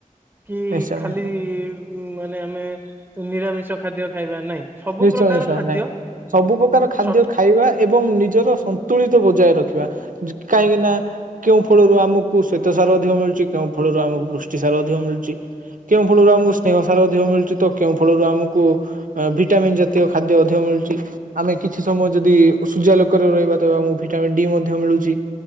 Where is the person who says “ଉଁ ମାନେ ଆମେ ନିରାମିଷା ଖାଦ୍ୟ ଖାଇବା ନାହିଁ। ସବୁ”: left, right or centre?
Right